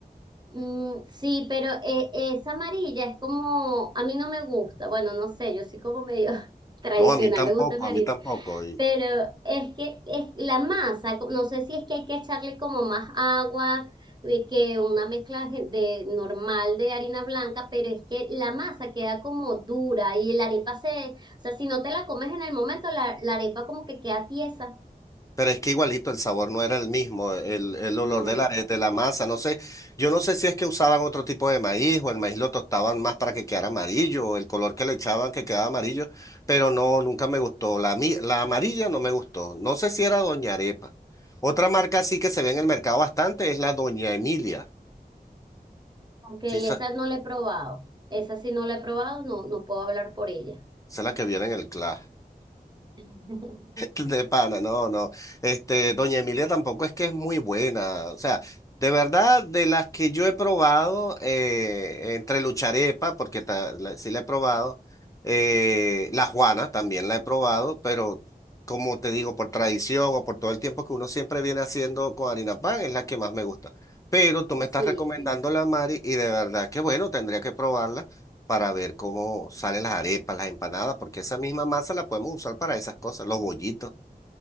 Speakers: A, on the right; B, on the left.
A: mm, sí, pero eh, esa amarilla es como, a mí no me gusta, bueno, no sé, yo soy como medio <laughs> tradicional,
B: No, a mí tampoco,
A: me gusta mi
B: a mí tampoco. y.
A: pero es que es la masa, co- no sé si es que hay que echarle como más agua eh, que una mezcla gen- de normal de harina blanca, pero es que la masa queda como dura y la arepa se, o sea, si no te la comes en el momento, la, la arepa como que queda tiesa.
B: Pero es que igualito el sabor no era el mismo, el, el
A: No,
B: olor de
A: esa
B: la, de la
A: sí.
B: masa, no sé, yo no sé si es que usaban otro tipo de maíz o el maíz lo tostaban más para que quedara amarillo, o el color que le echaban que quedaba amarillo, pero no, nunca me gustó, la, mi- la amarilla no me gustó, no sé si era Doña Arepa. Otra marca sí que se ve en el mercado bastante es la Doña Emilia,
A: Ok, esa
B: sí, esa,
A: no la he probado. Esa sí no la he probado, no, no puedo hablar por ella.
B: esa es la que viene en el Clash.
A: <laughs>
B: De pana, no, no. Este, Doña Emilia tampoco es que es muy buena. O sea, de verdad, de las que yo he probado, eh, entre Lucharepa, porque ta- la- sí la he probado, eh, la Juana también la he probado, pero como te digo, por tradición o por todo el tiempo que uno siempre viene haciendo con harina pan, es la que más me gusta. Pero tú me
A: Sí.
B: estás recomendando la Mari y de verdad que bueno, tendría que probarla para ver cómo salen las arepas, las empanadas, porque esa misma masa la podemos usar para esas cosas, los bollitos.